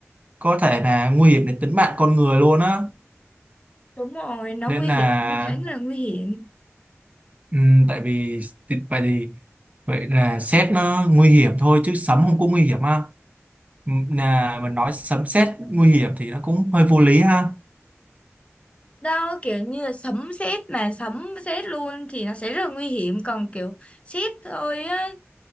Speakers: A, on the right; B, on the left.
A: có thể là nguy hiểm đến tính mạng con người luôn á
B: Đúng rồi, nó
A: nên
B: nguy
A: là
B: hiểm, nó khá là nguy hiểm.
A: Ừ, tại vì thì- vậy thì vậy là sét nó nguy hiểm thôi chứ sấm không có nguy hiểm ha Ừ, là mình nói sấm sét nguy hiểm thì nó cũng hơi vô lý ha
B: Đó, kiểu như là sấm sét mà sấm sét luôn thì nó sẽ rất là nguy hiểm. Còn kiểu sét thôi á,